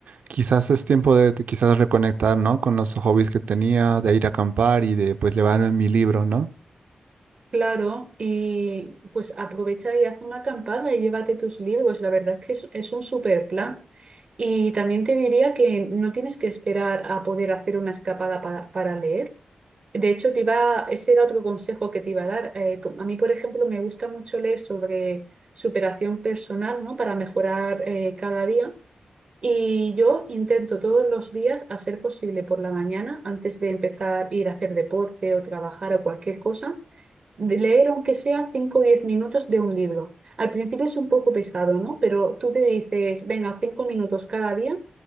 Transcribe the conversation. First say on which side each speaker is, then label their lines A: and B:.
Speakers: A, on the right; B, on the right.
A: Quizás es tiempo de, de quizás reconectar, ¿no? Con los hobbies que tenía, de ir a acampar y de pues llevarme mi libro, ¿no?
B: Claro, y pues aprovecha y haz una acampada y llévate tus libros. La verdad es que es, es un super plan. Y también te diría que no tienes que esperar a poder hacer una escapada para, para leer. De hecho, te iba, ese era otro consejo que te iba a dar. Eh, co- a mí, por ejemplo, me gusta mucho leer sobre superación personal, ¿no? Para mejorar eh, cada día. Y yo intento todos los días, a ser posible por la mañana, antes de empezar a ir a hacer deporte o trabajar o cualquier cosa de leer aunque sea 5 o 10 minutos de un libro. Al principio es un poco pesado, ¿no? Pero tú te dices, venga, 5 minutos cada día